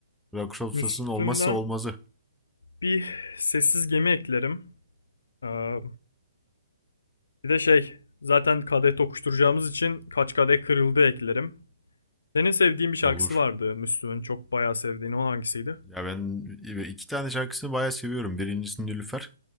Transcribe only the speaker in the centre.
Rakı sofrasının
olmazsa olmazı
olur.
Ya ben iki tane şarkısını bayağı seviyorum. Birincisi Nilüfer.